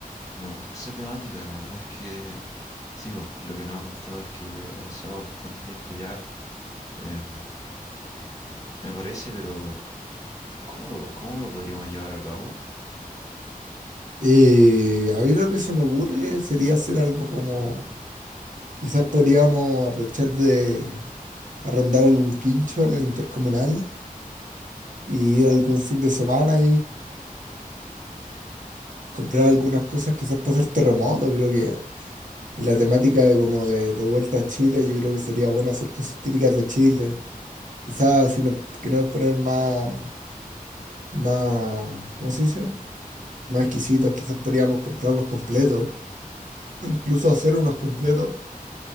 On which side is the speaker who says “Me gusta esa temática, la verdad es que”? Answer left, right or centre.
Left